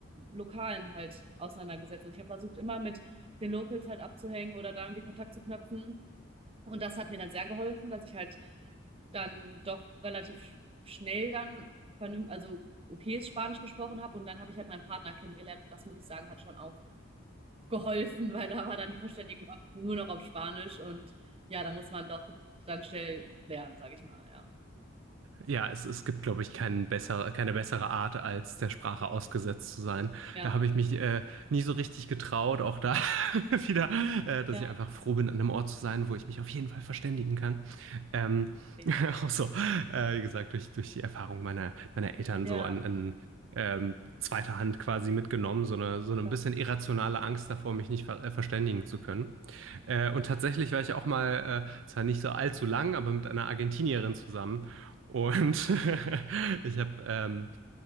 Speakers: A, on the right; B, on the right.
A: Lokalen halt auseinandergesetzt. Also ich habe versucht, immer mit den Locals halt abzuhängen oder da irgendwie Kontakt zu knüpfen. Und das hat mir dann sehr geholfen, dass ich halt dann doch relativ schnell dann vernünftig, also okayes Spanisch gesprochen habe. Und dann habe ich halt meinen Partner kennengelernt. Und das muss ich sagen, hat schon auch geholfen, <laughs> weil da war dann die Verständigung nur noch auf Spanisch. Und ja, da muss man doch dann schnell lernen, sage ich mal. Ja,
B: Ja, es, es gibt, glaube ich, keinen besser, keine bessere Art, als der Sprache ausgesetzt zu sein.
A: ja,
B: Da habe ich mich äh, nie so richtig getraut, auch da <laughs> wieder, äh, dass
A: ja.
B: ich einfach froh bin, an einem Ort zu sein, wo ich mich auf jeden Fall verständigen kann. Ähm,
A: Sicher.
B: <laughs> auch so, äh, wie gesagt, durch, durch die Erfahrung meiner, meiner Eltern
A: Ja,
B: so an, an ähm, zweiter Hand quasi mitgenommen, so eine, so eine ein
A: ja.
B: bisschen irrationale Angst davor, mich nicht ver äh, verständigen zu können. Äh, und tatsächlich war ich auch mal, äh, zwar nicht so allzu lang, aber mit einer Argentinierin zusammen. Und <laughs> ich habe ähm,